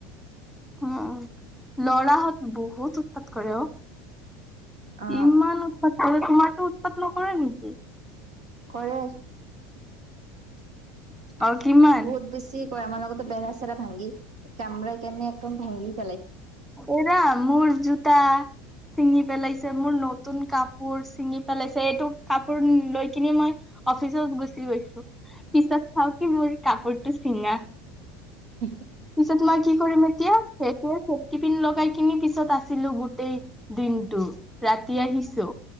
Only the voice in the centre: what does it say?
উ লৰাহত বহুত উৎপাত কৰে অ
ইমান উৎপাত কৰে তোমাৰটো উৎপাত নকৰে নেকি
অ কিমান
এৰা মোৰ জুত সুতা চিঙি পেলাইছে মোৰ নতুন কাপোৰ চিঙি পেলাইছে এইটো কাপোৰ লৈ কিনে মই অফিচত গুচি গৈছো পিছত চাওঁকি মোৰ কাপোৰটো চিঙা
পিছেত তো মই কি কৰিম এতিয়া সেইটোৱে টিফিন লগাই কিনি পিছত আছিলোঁ গোটেই দিনটো ৰাতি আহিছো